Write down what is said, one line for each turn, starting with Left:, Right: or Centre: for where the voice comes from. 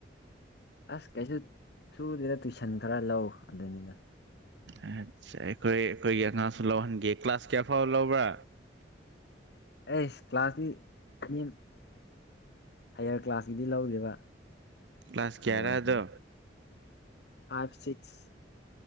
Left: ꯑꯁ ꯀꯩꯁꯨ ꯁꯨꯗꯦꯅ ꯇꯨꯏꯁꯟ ꯈꯔ ꯂꯧ ꯑꯗꯨꯅꯤꯗ
Right: ꯑꯁ ꯑꯩꯈꯣꯏ ꯑꯩꯈꯣꯏꯒꯤ ꯑꯉꯥꯡꯁꯨ ꯂꯧꯍꯟꯒꯦ ꯀ꯭ꯂꯥꯁ ꯀꯌꯥ ꯐꯥꯎꯕ ꯂꯧꯕ꯭ꯔꯥ
Left: ꯑꯩꯁ ꯀ꯭ꯂꯥꯁꯀꯤ ꯃꯤ ꯍꯥꯏꯌꯔ ꯀ꯭ꯂꯥꯁꯀꯤꯗꯤ ꯂꯧꯗꯦꯕ
Right: ꯀ꯭ꯂꯥꯁ ꯀꯦꯌꯥꯔꯥ
Left: ꯂꯋꯥꯔꯒꯤꯅꯤ
Right: ꯑꯗꯣ
Left: ꯐꯥꯏꯚ ꯁꯤꯛꯁ